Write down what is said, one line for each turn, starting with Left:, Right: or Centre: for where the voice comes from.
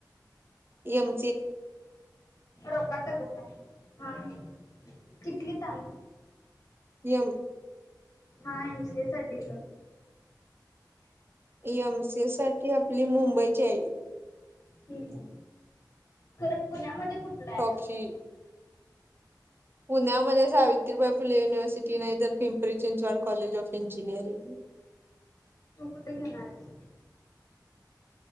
Right: एम
Left: रक ग हा <unintelligible> किटलीत आण.
Right: येऊ.
Left: हा एम सी ए साठी दिला.
Right: एम सी साठी आपली मुंबईत. <unintelligible>
Left: हम्म खर पुण्यामध्ये. कुठलय.
Right: टॉपची पुण्यामध्ये सावित्रीबाई फुले. युनवर्सिटी नाहीतर Pimpri Chinchwad college of engineering.
Left: कुठ घेणार आहेच.